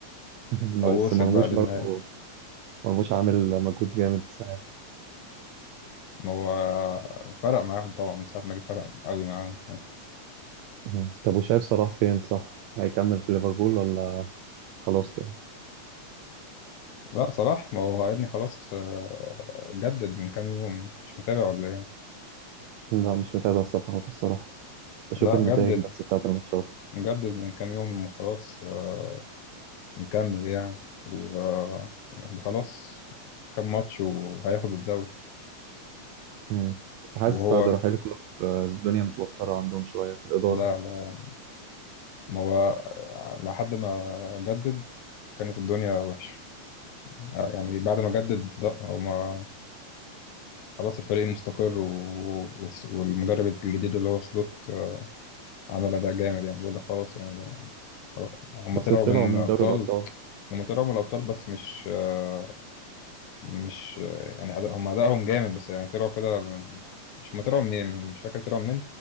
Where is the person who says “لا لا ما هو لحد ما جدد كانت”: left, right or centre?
Left